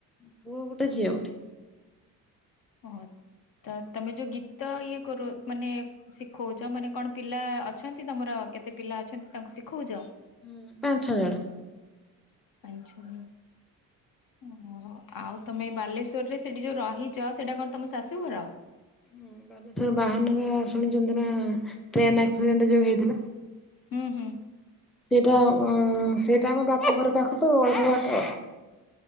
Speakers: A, in the centre; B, on the left.
A: ପୁଅ ଗୋଟେ ଝିଅ ଗୋଟେ।
B: ହଁ ତ ତମେ ଯୋଉ ଗୀତ ଇଏ କରୁ ମାନେ ଶିଖଉଚ ମାନେ କଣ ପିଲା ଅଛନ୍ତି ତମର କେତେ ପିଲା ଅଛନ୍ତି ତାଙ୍କୁ ଶିଖଉଚ?
A: ହୁଁ ପାଁ ଛଅ ଜଣ।
B: ପାଁ ଛଅ ଓହୋ ଆଉ ତମେ ବାଲେଶ୍ଵରରେ ସେଠି ଯୋଉ ରହି ଚ ସେଇଟା କଣ୍ ତମ ଶାଶୁଘର?
A: ହଁ ବାଲେଶ୍ଵର ବାହାନଗା ଶୁଣିଚନ୍ତି ନା ଟ୍ରେନ୍ ଆକ୍ସିଡେଣ୍ଟ୍ ଯୋଉ ହେଇଥିଲା।
B: ହୁଁ-ହୁଁ
A: ସେଇଟା ଉଁ ସେଇଟା ଆମ ବାପ ଘର ପାଖକୁ ଅଳ୍ପ ବାଟ।